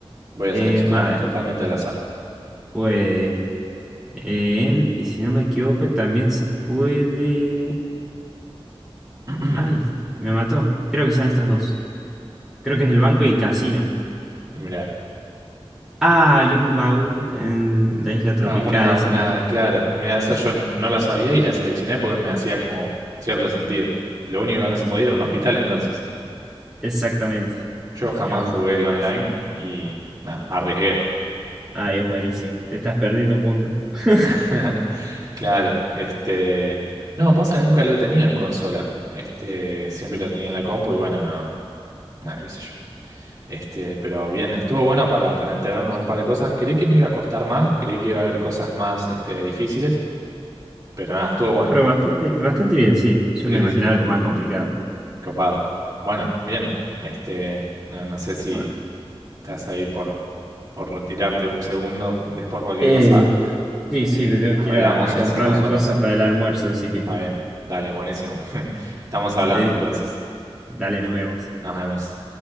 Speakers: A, on the right; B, in the centre.
A: Voy a
B: Em,
A: seleccionar
B: a ver.
A: totalmente al azar.
B: Puede. Em, y si no me equivoco, también se puede.
A: <clears throat>
B: Ay, me mató. Creo que son estas dos. Creo que es el banco y el casino.
A: Mira.
B: Ah, hay un baúl en la isla tropical.
A: Ah, una,
B: Esa
A: una,
B: no-
A: claro. Mira, esa yo no la sabía y la seleccioné porque me hacía como cierto sentido. Lo único que no se podía era un hospital entonces.
B: Exactamente.
A: Yo jamás
B: Mira vos,
A: jugué el
B: casi.
A: online y nada, arriesgué.
B: Ay, es buenísimo. Te estás perdiendo un mundo. <laughs>
A: <laughs> Claro, este... No, pasa que nunca lo he tenido en consola. Este, siempre lo tenía en la compu y bueno, nada, qué sé yo. Este, pero bien, estuvo bueno para, para enterarnos un par de cosas. Creí que me iba a costar más, creí que iba a haber cosas más, este, difíciles, pero nada, estuvo bueno.
B: Pero bastante, bastante bien, sí. Yo
A: Sí,
B: me
A: sí,
B: imaginaba
A: sí.
B: algo más complicado.
A: Copado. Bueno, bien. Este, no, no sé si
B: Bueno,
A: estás ahí por, por retirarte un segundo. Después cualquier
B: eh,
A: cosa,
B: sí,
A: eh,
B: sí, me tengo
A: hablamos
B: que ir a, a comprar
A: y hacemos
B: las
A: otro.
B: cosas para el almuerzo, así que
A: Está bien. Dale, buenísimo. <laughs> Estamos hablando
B: de-
A: entonces.
B: dale, nos vemos.
A: Nos vemos.